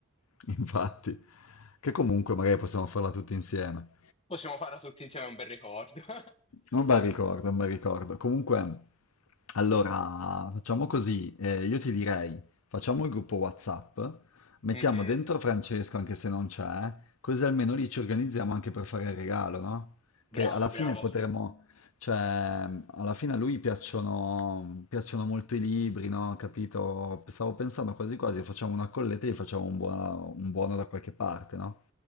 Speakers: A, on the left (about 85°); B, on the left (about 30°).
A: <laughs> Infatti, che comunque magari possiamo farla tutti insieme.
B: Possiamo farla tutti insieme, è un bel ricordo. <laughs>
A: Non mi ricordo, non mi ricordo. Comunque, allora, facciamo così. eh, io ti direi, facciamo il gruppo WhatsApp, mettiamo
B: Mhm.
A: dentro Francesco anche se non c'è, così almeno lì ci organizziamo anche per fare il regalo, no?
B: Bravo,
A: Che alla
B: bravo.
A: fine potremmo, cioè, alla fine a lui piacciono, piacciono molto i libri, no? Capito? Stavo pensando quasi quasi, facciamo una colletta e gli facciamo un buono, un buono da qualche parte, no?